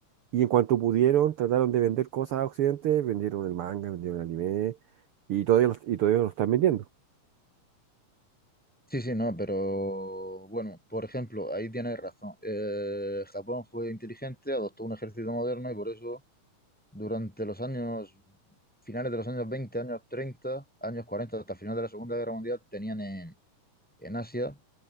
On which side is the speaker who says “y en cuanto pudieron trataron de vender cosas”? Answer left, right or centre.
Right